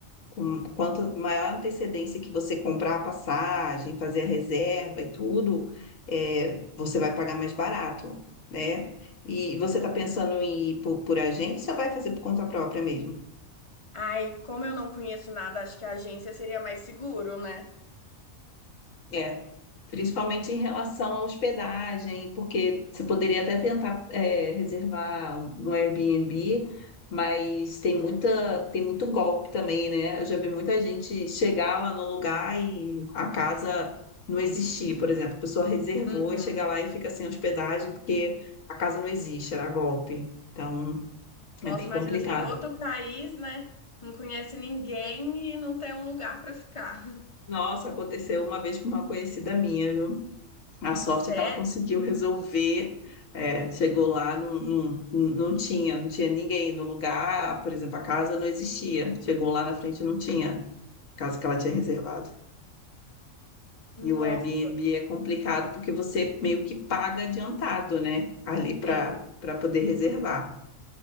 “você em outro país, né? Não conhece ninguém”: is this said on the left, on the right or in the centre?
Left